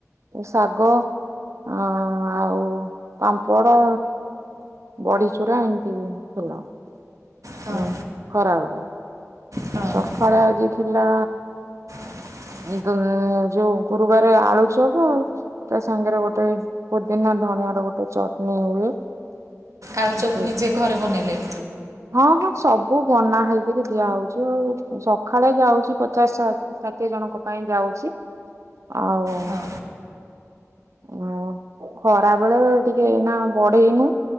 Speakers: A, on the right; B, on the right.
A: ଶାଗ ଆ ଆଉ ପାମ୍ପଡ ବଢି ଚୂୁରା ଏମତି ଥିଲା
B: ହଁ
A: ଉ ଖରାବେଳେ।
B: ହଁ
A: ସକାଳେ
B: ହଁ
A: ଆଜି ଥିଲା
B: <inaudible>
A: ଏଇ ତ ଯୋଉ ଗୁରୁବାର ଆଳୁ ଚପ୍ ତା ସାଙ୍ଗରେ ଗୋଟେ ପୋଦିିନା ଧଣିଆ ର ଗୋଟେ ଚଟଣି ହୁଏ।
B: ଆଳୁ ଚପ୍
A: ସେଇଟା
B: ନିଜେ ଘରେ ବନେଇଲେ?
A: ହଁ ହଁ ସବୁ ବନା ହେଇକିରି ଦିଆହଉଛି ଆଉ ସକାଳେ ଯାଉଚି ପଚାଶ ସା ଷାଠିଏ ଜଣଙ୍କ ପାଇଁ ଯାଉଚି ଆଉ
B: ହଁ
A: ଓ ଖରା ବେଳେ ଟିକେ ଏଇନା ବଢେଇନୁ।